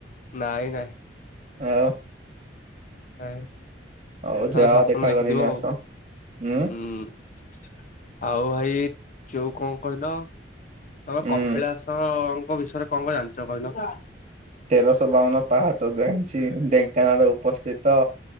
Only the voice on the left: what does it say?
ନାଇଁ ନାହିଁ।
ଆଁ
ଆଉ ସ୍ୱପ୍ନ
ଦେଖିଥିବ
ଆଉ
ହୁଁ। ଆଉ ଭାଇ ଯୋଉ କଣ କହିଲ ତମେ
କପିଳାସ ମୋ ବିଷୟରେ କଣ କଣ ଜାଣିଛ କହିଲ?